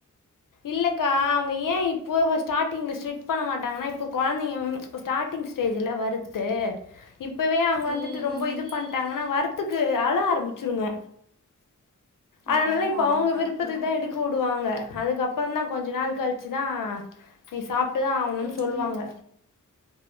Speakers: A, on the left (about 75°); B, on the right (about 30°).
A: இல்லக்கா அவங்க ஏன் இப்போ ஸ்டார்டிங்ல ஸ்ட்ரிட் பண்ண மாட்டாங்கனா இப்போ கொழந்தைங்க ஸ்டார்ட் டிங் ஸ்டேஜ்ல வருத்து இப்பவே அவங்க
B: ம்
A: வந்துட்டு ரொம்ப
B: ம்
A: இது பண்ணிட்டாங்கனா வரத்துக்கு அழ ஆரம்பிச்சிருங்க அதனால
B: ஆமா
A: இப்ப அவங்க
B: கரெக்ட்டு
A: விருப்பத்துக்கு தா எடுத் புடுவாங்க அதுக்கப்பற தா கொஞ்சோ நாள் கழிச்சுதா நீ சாப் ட்டு தா ஆவணுன்
B: ம்
A: சொல்லுவாங்க
B: ம்